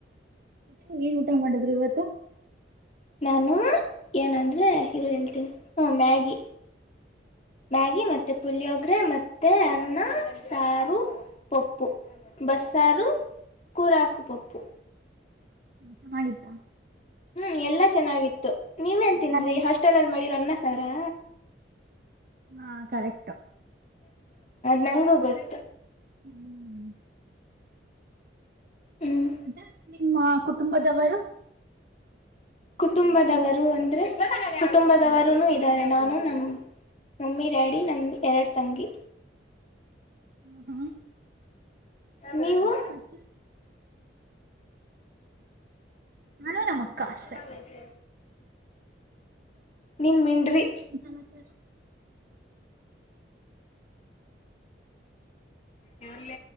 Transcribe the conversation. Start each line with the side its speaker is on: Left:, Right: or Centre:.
Right: ಊ ಏನ್ ಊಟ ಮಾಡಿದ್ರು ಇವತ್ತು
Left: ನಾನು ಏನಂದ್ರೆ ಹರು ಹೇಳ್ತೀನಿ ಹ ಮ್ಯಾಗಿಗಿ ಮ್ಯಾಗಿ ಮತ್ತೆ ಪುಳಿಯೋಗ್ರೆ ಮತ್ತೆ ಅನ್ನ ಸಾರು ಪಪ್ಪು ಬಸ್ಸಾರು ಕುರಾಕು ಪಪ್ಪು
Right: ಹ ಚ ಆಯ್ತಾ
Left: ಹ್ಮ್ ಎಲ್ಲಾ ಚೆನ್ನಾಗಿತ್ತು ನೀವೇನ್ ತಿಂದ್ರಿ
Right: ನಾನೇನ್
Left: ಹಾಸ್ಟೆಲ್ ಅಲ್ಲಿ ಮಾಡಿರ ಅನ್ನ ಸಾರಾ
Right: ಹಾ ಕರೆಕ್ಟ್
Left: ನಂಗು ಗೊಲ್ಲ
Right: ಹ್ಮ್
Left: ಹ್ಮಞ
Right: ಮತ್ತೆ ನಿಮ್ಮ ಕುಟುಂಬದವರು
Left: ಕುಟುಂಬದವರು ಅಂದ್ರೆ ಕುಟುಂಬದವರು ಇದ್ದಾರೆ ನಾನು ನಮ್ಮ ನಮ್ಮಿ ಡ್ಯಾಡಿ ನನ್ನ ಎರಡು ತಂಗಿ
Right: ಹ್ಮ್ ಹ್ಮ್
Left: ನೀವು
Right: <unintelligible> ನಾನು ನಮ್ಮ ಅಕ್ಕ ಆಷ್ಟೆ
Left: ಸ ನೀನ್ ಮಿನ್ರಿ
Right: ಏನ್ ಸಮಾಚಾರ
Left: ನಲ್ಲ